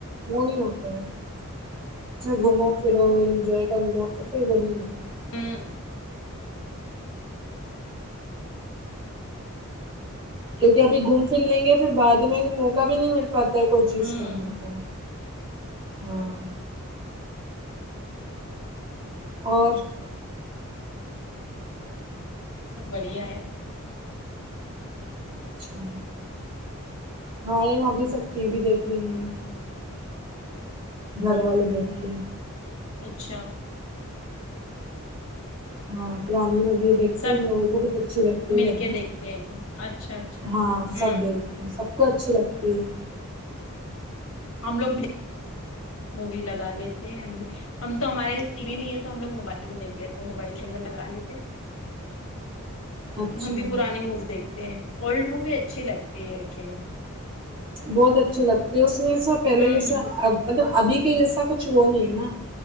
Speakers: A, on the right (about 25°); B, on the left (about 65°).
A: وہ نہیں ہوتا ہے اچھا گھومو پھرو انجوائے کر لو تو پھر وہ نہیں رہتا
B: ہوں
A: کیونکہ ابھی گھوم پھر لیں گے پھر بعد میں موقع بھی نہیں مل پاتا ہے کوئی چیز
B: ہوں
A: کرنے کا ہاں اور
B: سب بڑھیا ہے
A: اچھا ہمارے یہاں بھی سب ٹی وی دیکھ رہے ہیں گھر والے بیٹھ کے
B: اچھا
A: ہاں پرانی موی دیکھتے
B: سب
A: ہیں لوگوں کو بہت اچھی لگتی ہے
B: مل
A: گھر
B: کے
A: میں
B: دیکھتے ہیں اچھا اچھا ہوں
A: ہاں سب دیکھ سب کو اچھی لگتی ہے
B: ہم لوگ بھی مووی لگا لیتے ہیں ہم بھی ہم تو ہمارے گھر ٹی وی نہیں ہے تو ہم لوگ موبائل میں دیکھ لیتے ہیں موبائل کے اندر لگا لیتے
A: اچھا
B: ہم بھی پرانی موویز دیکھتے ہیں اولڈ مووی اچھی لگتی ہے ایکچولی
A: بہت اچھیے لگتے ہے اس میں سا پہلے
B: ہوں
A: جیسا اب مطلب ابھی کے جیسا کچھ وہ نہیں ہے نا